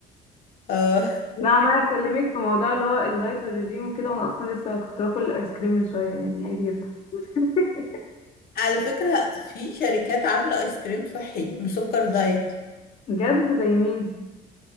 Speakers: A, on the left; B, on the left.
A: آه
B: انا عماله اكلمك في موضوع اللي هو الدايت والرجيم وكده وانا اصلا لسه كنت باكل الايس كريم من شويه يعني عادي جدا <laughs>
A: <laughs> على فكرة في شركات عاملة ايس كريم صحي بسكر دايت
B: بجد زي مين